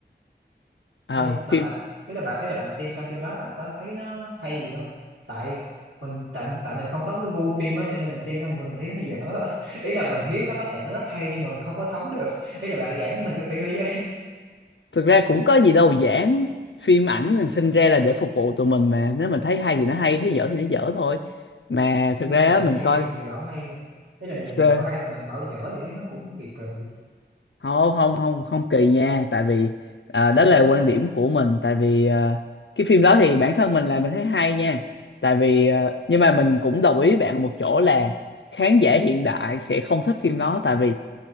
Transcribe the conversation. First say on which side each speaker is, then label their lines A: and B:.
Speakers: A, on the left; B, on the right.
A: Ờ,
B: Ê, mà
A: phim
B: bạn ý là bạn ý là bạn xem xong phim đó bạn có thấy nó hay gì không tại mình tại, tại mình không có cái gu phim ấy cho nên mình xem xong mình, mình thấy nó dở <laughs> ý là mình biết nó có thể nó rất hay nhưng mà mình không có thấm được ý là bạn giảng với mình cái phim đấy với
A: thực ra cũng có gì đâu giảng phim ảnh là sinh ra là để phục vụ tụi mình mà nếu mình thấy hay thì nó hay thấy dở thì nó dở thôi mà thực
B: nhưng
A: ra
B: mà tự
A: á,
B: nhiên
A: mình coi
B: nhiều người bảo hay ý là nhiều người
A: ờ,
B: bảo hay mà mình bảo dở thì thấy nó cũng kỳ kỳ
A: không không không không kỳ nha tại vì ờ, đó là quan điểm của mình tại vì ờ, cái phim đó thì bản thân mình là mình thấy hay nha tại vì ờ, nhưng mà mình cũng đồng ý với bạn một chỗ là khán giả hiện đại sẽ không thích phim đó tại vì